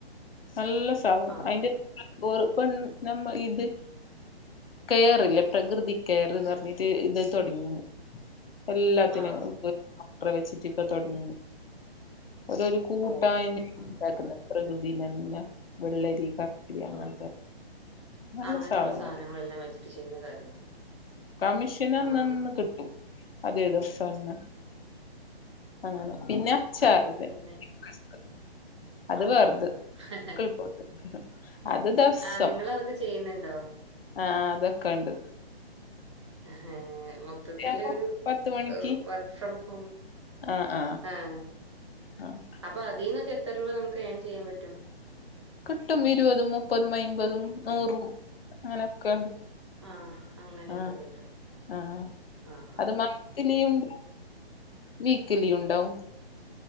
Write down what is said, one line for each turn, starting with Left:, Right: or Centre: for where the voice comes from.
Left: നല്ല സാധനം
Right: ആഹ്
Left: അതിന്റെ പെൺ നമ്മ ഇത് കയറില്ലേ പ്രകൃതി കയർന്ന് പറഞ്ഞിട്ട് ഇത് തൊടങ്ങീന് എല്ലാത്തിനും
Right: ആഹ്
Left: ഡോക്ടറെ വെച്ചിട്ട് ഇപ്പ തുടങ്ങിന് അതൊരു കൂട്ടായ്മ
Right: ഓഹ് ആഹ്
Left: ണ്ടാക്കുന്ന പ്രകൃതി തന്നെ വെള്ളരി കക്കരി അങ്ങനത്തെ
Right: ഉം ഉം
Left: നല്ല
Right: അങ്ങനെയുള്ള
Left: സാധന
Right: സാധനങ്ങളെല്ലാം
Left: അത്
Right: വെച്ചിട്ട് ചെയ്യുന്ന കാര്യങ്ങള്
Left: കമ്മീഷന് അന്നന്ന്
Right: ആഹ്
Left: കിട്ടും അതെ അതെ ഫന്ന അങ്ങന
Right: ആഹ്
Left: പിന്ന അച്ചാറിന്റെ
Right: നമ്മള് പിന്നെ
Left: <unintelligible> അത്
Right: ആഹ്
Left: വെറത് കിൽപോട്ട് അത് ദവസം
Right: ആഹ് നിങ്ങളതൊക്കെ ചെയ്യുന്നുണ്ടോ
Left: ആഹ് അതൊക്ക ണ്ട്
Right: ഹെ മൊത്തത്തില്
Left: ആകുമ്പോ
Right: ഒരു
Left: പത്ത് മണിക്ക്
Right: വർക്ക് ഫ്രം ഹോം
Left: ആഹ് ആഹ്
Right: ആഹ്
Left: ആഹ്
Right: അപ്പ അതിൽന്നൊക്ക എത്ര രൂപ നമക്ക് ഏൺ ചെയ്യൻ പറ്റും
Left: കിട്ടും ഇരുപതും മുപ്പതും അയിമ്പതും നൂറും അങ്ങനെയൊക്കെണ്ട്
Right: ആഹ് അങ്ങനെയൊക്കെ
Left: ആഹ്
Right: കിട്ടും
Left: ആഹ്
Right: ആഹ്
Left: അത് മാസത്തില്ണ്ടാവും വീക്ക്ലി ഉണ്ടാവും